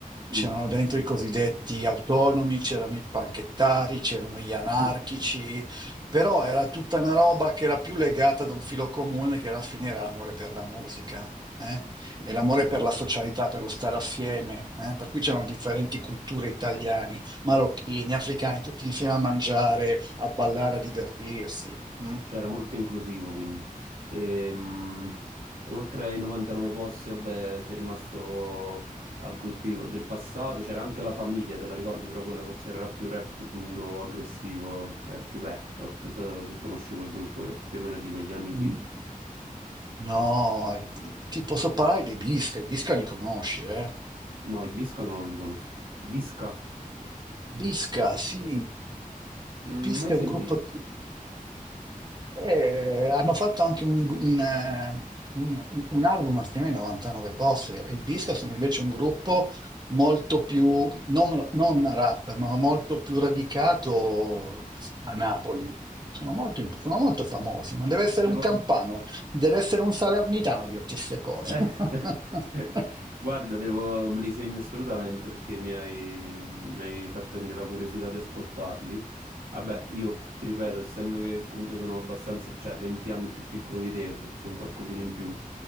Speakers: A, on the right; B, on the right.
A: Mm.
B: C'erano dentro i cosiddetti autonomi, c'erano i panchettari, c'erano gli anarchici,
A: <laughs>
B: però era tutta una roba che era più legata ad un filo comune che alla fine era l'amore per la musica, eh?
A: Sì.
B: E l'amore per la socialità, per lo stare assieme, eh? Per cui c'erano differenti culture italiani, marocchini, africani, tutti insieme a mangiare, a ballare, a divertirsi. mm?
A: Cioè era molto inclusivo quindi. Ehm, oltre ai 99 posti, vabbè, si è rimasto a gruppi del passato, c'era anche la famiglia, te la ricordi, però quella forse era più rap duro, aggressivo, era più rap. Non so se conosci quel gruppo che più o meno è di quegli anni
B: Mm.
A: lì.
B: No, eh, ti posso parlare dei Visca, i Visca li conosci, eh?
A: No, i Bisca no, non li conosco. Bisca?
B: Pisca, sì.
A: Mm,
B: Il Pisca
A: Mai sentiti?
B: è un gruppo... eh, hanno fatto anche un, un, eh, un- un album assieme ai 99 Posse e i Pisca sono invece un gruppo molto più, non, non rap, ma molto più radicato a Napoli. Sono molto, imp- sono molto famosi, ma deve essere
A: Devo...
B: un campano, deve essere un salernitano a dirti queste cose.
A: Eh,
B: <laughs>
A: <laughs> Guarda, devo... me li segno assolutamente perché mi hai... mi hai fatto venire la curiosità di ascoltarli. Vabbè, io ti ripeto, essendo che comunque sono abbastanza, cioè 20 anni più piccolo di te, forse un qualcosina in più,